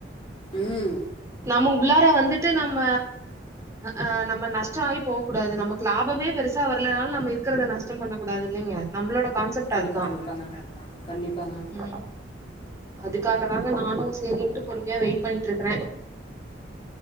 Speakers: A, on the left; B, on the right.
A: உம்
B: நம்ம உள்ளார வந்துட்டு நம்ம அஹ் நம்ம நஷ்டொ ஆயி போக்கூடாது நமக்கு லாபமே பெருசா வரலனாலு நம்ம இருக்கிறத நஷ்டொ பண்ண கூடாது இல்லைங்க நம்மளோட கான்செப்ட்
A: கண்டிப்பா
B: அதுதான்
A: கண்டிப்பாங்க கண்டிப்பாங்க
B: ம் அதுக்காக தாங்க நானும் சேரின்ட்டு பொறுமையா வெயிட் பண்ணிட்டு இருக்கறேன்